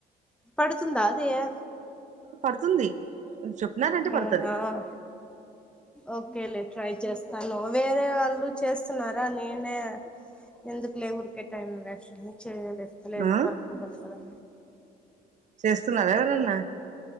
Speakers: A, in the centre; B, on the right (about 45°).
A: పడు తాదియే
B: పడుతుంది చెప్పినారు అంటే పడతది
A: అవునా ఓకేలే ట్రై చేస్తాను వేరే వాళ్ళు చేస్తున్నారు నేనే ఎందుకులే ఊరుకే టైం వేస్ట్ చేయనిత్తలేదు
B: ఆ
A: వర్క్ ఉంటుంది కదా
B: చేస్తున్నారా ఎవరన్నా